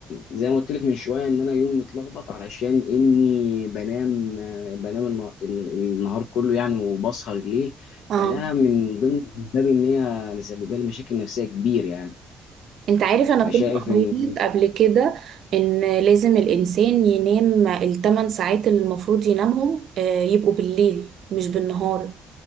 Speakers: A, on the left (about 80°); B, on the right (about 70°).
A: زي ما قلت لك من شويه ان انا يومي متلخبط علشان اني بنام آه، بنام الن- ال- النهار كله يعني وبسهر الليل
B: اه
A: فده من ضمن الاسباب ان هي مسببه لي مشاكل نفسيه كبيره يعني
B: انت عارف انا
A: فشايف
B: كنت قريت
A: ان
B: قبل كده ان لازم الانسان ينام الثمان ساعات اللي المفروض ينامهم آه، يبقوا بالليل مش بالنهار